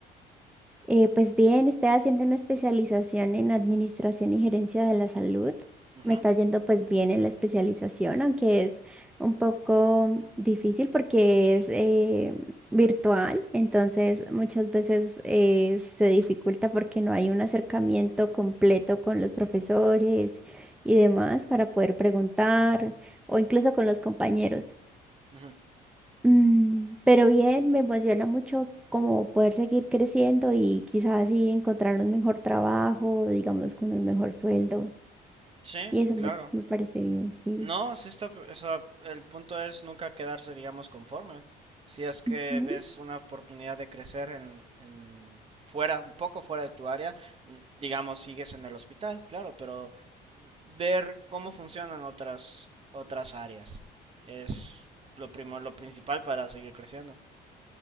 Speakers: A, in the centre; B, on the right (about 35°).
A: Eh, pues bien, estoy haciendo una especialización en administración y gerencia de la salud.
B: Ujú,
A: Me está yendo pues bien en la especialización, aunque es un poco difícil porque es eh, virtual, entonces muchas veces eh, se dificulta porque no hay un acercamiento completo con los profesores y demás para poder preguntar o incluso con los compañeros.
B: ujú.
A: Mm, pero bien, me emociona mucho como poder seguir creciendo y quizás así encontrar un mejor trabajo, digamos, con un mejor sueldo.
B: Sí,
A: Y eso
B: claro.
A: me, me parece bien, sí.
B: No, sí está, o sea, el punto es nunca quedarse, digamos, conforme. Si es que
A: Ujú.
B: ves una oportunidad de crecer en, en fuera, un poco fuera de tu área, n- digamos, sigues en el hospital, claro, pero ver cómo funcionan otras otras áreas es lo primo, lo principal para seguir creciendo.